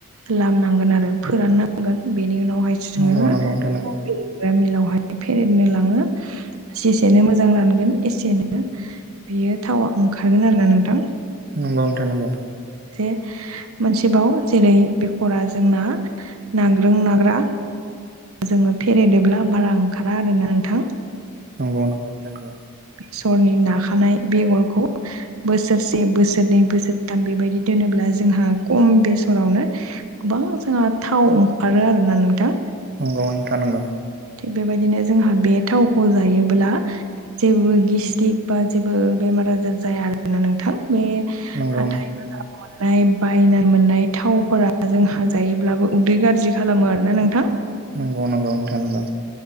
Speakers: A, on the right; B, on the right.
A: लामनांगोन आरो फोराननांगोन। बे नि उनावहायो जोङो
B: नंगौ नोंथां नंगौ
A: <unintelligible> मिलावहाय फेरनो लाङो जेसेनो मोजां रानगोन एसेनो बेयो थावा ओंखारगोन आरो ना नोंथां।
B: नंगौ नोथां नंगौ।
A: जे मोनसेबाव जेरै बेखरा जोंना नाग्रों नाग्रा जोङो ओ फेरायदोंब्ला बारा ओंखारा आरोना नोंथां।
B: नंगौ नंगौ नोंथा नंगौ।
A: सरनि नाखानाय बेगरखौ बोसोरसे बोसोरनै बोसोरथाम बेबायदि दोनोब्ला जोंहा खम बेसरावनो गोबां जोंहा थाव ओंखारो आरोना नोंथां।
B: नंगौ नोंथां नंगौ।
A: थिग बेबायदिनो जोंहा बे थावखौ जायोब्ला जेबो गिस्टिक बा जेबो बेमार आजार जाया आरोना नोंथां। बे
B: नंगौ
A: हाथाइ बाजाराव मोननाय बायना मोननाय थावफोरा जोंहा जायोब्लाबो उदै गाज्रि खालामो आरोना नोंथां।
B: नंगौ नंगौ नोंथां नंगौ।